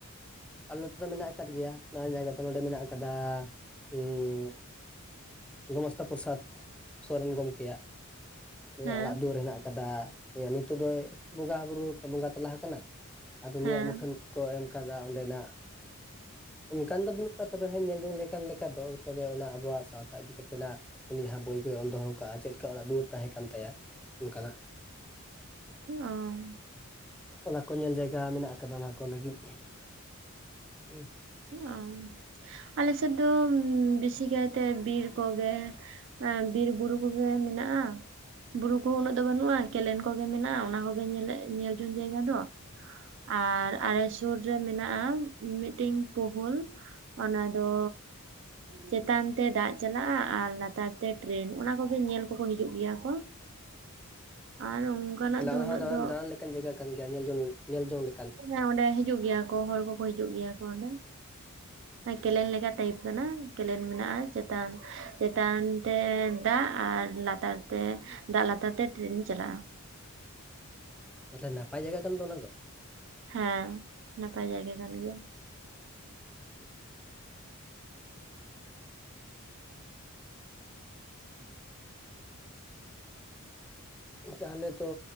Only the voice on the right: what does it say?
ᱦᱮᱸ
ᱦᱮᱸ
ᱚ
ᱚ ᱟᱞᱮ ᱥᱮᱫ ᱫᱚ ᱵᱮᱥᱤ ᱠᱟᱭᱛᱮ ᱵᱤᱨ ᱠᱚᱜᱮ, ᱵᱤᱨ ᱵᱩᱨᱩ ᱠᱚᱜᱮ ᱢᱮᱱᱟᱜᱼᱟ, ᱵᱩᱨᱩ ᱠᱚᱦᱚᱸ ᱩᱱᱟᱹᱜ ᱫᱚ ᱵᱟᱹᱱᱩᱜᱼᱟ ᱠᱮᱱᱮᱱ ᱠᱚᱜᱮ ᱢᱮᱱᱟᱜᱼᱟ ᱚᱱᱟ ᱠᱚᱜᱮ ᱧᱮᱞᱮᱫ ᱧᱮᱞ ᱡᱚᱝ ᱡᱟᱭᱜᱟ ᱫᱚ, ᱟᱨ ᱟᱞᱮ ᱥᱩᱨ ᱨᱮ ᱢᱮᱱᱟᱜᱼᱟ ᱢᱤᱫᱴᱤᱱ, ᱯᱳᱦᱳᱞ ᱚᱱᱟ ᱫᱚ, ᱪᱮᱛᱟᱱ ᱛᱮ ᱫᱟᱜ ᱪᱟᱞᱟᱜᱼᱟ ᱟᱨ ᱞᱟᱛᱟᱨ ᱛᱮ ᱴᱮᱨᱮᱱ ᱚᱱᱟ ᱠᱚᱜᱮ ᱧᱮᱞ ᱠᱚᱠᱚ ᱦᱤᱡᱩᱜ ᱜᱮᱭᱟ ᱠᱚ, ᱟᱨ ᱚᱱᱠᱟᱱᱟᱜ
ᱫᱚ
ᱩᱱᱟᱹᱜ
ᱫᱚ
ᱦᱮᱸ ᱚᱸᱰᱮ ᱦᱤᱡᱩᱜ ᱜᱮᱭᱟ ᱠᱚ ᱦᱚᱲ ᱠᱚᱠᱚ ᱦᱤᱡᱩᱜ ᱜᱮᱭᱟ ᱠᱚ ᱚᱸᱰᱮ, ᱠᱮᱱᱮᱞ ᱞᱮᱠᱟ ᱴᱟᱭᱤᱯ ᱠᱟᱱᱟ ᱠᱮᱱᱮᱞ ᱢᱮᱱᱟᱜᱼᱟ ᱪᱮᱛᱟᱱ ᱪᱮᱛᱟᱱ ᱛᱮ ᱫᱟᱜ ᱟᱨ ᱞᱟᱛ ᱛᱟᱨ ᱛᱮ ᱫᱟᱜ ᱞᱟᱛᱟᱨ ᱛᱮ ᱴᱮᱨᱮᱱ ᱪᱟᱞᱟᱜᱼᱟ
ᱦᱮᱸ ᱱᱟᱯᱟᱭ ᱡᱟᱭᱜᱟ ᱠᱟᱱ ᱜᱮᱭᱟ, <unintelligible>